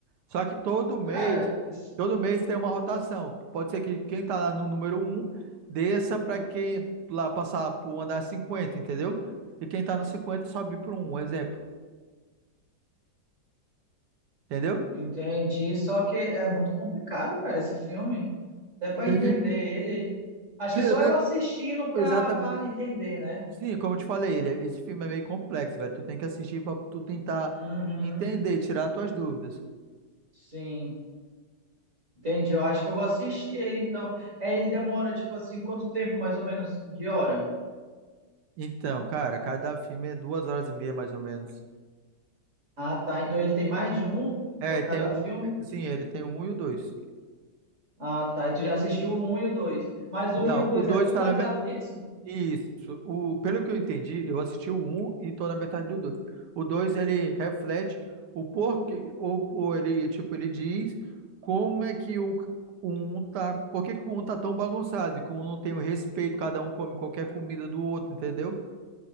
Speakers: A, on the right; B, on the right.
A: Só que todo mês,
B: Cara, esse-
A: todo mês tem uma rotação. Pode ser que quem tá lá no número um desça para quem lá passar pro andar 50, entendeu? E quem tá no 50 sobe para um, um exemplo. Entendeu?
B: entendi, só que é muito complicado, cara, esse filme. Até pra
A: Sim,
B: entender ele. Acho
A: sim,
B: que
A: é
B: só
A: meio.
B: eu assistindo pra,
A: Exatamente.
B: pra entender, né?
A: Sim, como eu te falei, ele, é- esse filme é meio complexo, velho. Tu tem que assistir pra tu tentar
B: Uhum,
A: entender, tirar tuas dúvidas.
B: sim. Entendi. Eu acho que eu vou assistir ele, então. É, ele demora, tipo assim, quanto tempo, mais ou menos, de hora?
A: Então, cara, cada filme é duas horas e meia, mais ou menos.
B: Ah, tá. Então ele tem mais de um
A: É,
B: por
A: tem
B: cada
A: um.
B: filme?
A: Sim, ele tem um e o dois.
B: Ah, tá. E tu já assistiu o um e o dois. Mas
A: Não,
B: o um e o dois
A: o dois
B: é tudo
A: tá
B: baseado
A: na,
B: nisso?
A: Isso. O, pelo que eu entendi, eu assisti o um e tô na metade do 2. O 2 ele reflete o porquê, ou, ou ele, tipo, ele diz como é que o, o 1 tá, por que que o um tá tão bagunçado e que o um não tem o respeito, cada um come qualquer comida do outro, entendeu?